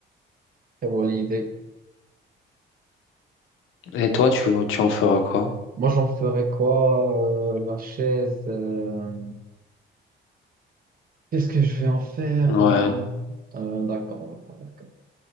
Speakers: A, on the right (about 45°); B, on the left (about 80°).
A: Très bonne idée.
B: Et toi, tu, tu en feras quoi?
A: Moi, j'en ferais quoi? euh, la chaise. euh, Qu'est-ce que je vais en faire?
B: Ouais,
A: euh, euh, d'accord, d'accord, d'accord.